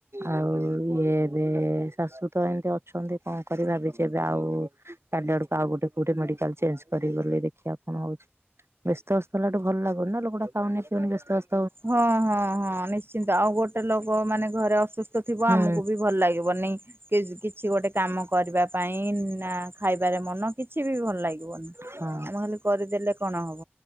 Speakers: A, on the right; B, on the right.
A: ଆଉ ଇଏ ଏବେ ଶାଶୁ ତ ଏମିତି ଅ ଅଛନ୍ତି, କଣ କରିବା ଭାବିଚି ଏବେ ଆଉ କାଲି ଆଡକୁ ଆଉ କୋଉ ମେଡିକାଲ ଚେନ୍ଚ କରିବି ବୋଲି ଦେଖିଆ କଣ ହଉଚି ବ୍ୟସ୍ତ ଅସ୍ତ ହେଲାଟୁ ଭଲଲାଗୁନି ଲୋକଟା ଖାଉନି ପିଉନି ବ୍ୟସ୍ତ ଅସ୍ତ
B: ହଁ ହଁ ହଁ ନିଶ୍ଚିନ୍ତ ଆଉ ଗୋଟେ ଲୋକ ମାନେ ଘରେ ଅସୁସ୍ଥ ଥିବ
A: ହୁଁ
B: ଆମକୁ ବି ଭଲ ଲାଗିବ ନି। କିଛି ଗୋଟେ କାମ କରିବା ପାଇଁ ନା ଖାଇବାରେ ମନ କିଛି ବି ଭଲ ଲାଗି ବନି
A: ହଁ।
B: ଆମେ ଖାଲି କରିଦେଲେ କଣ ହବ?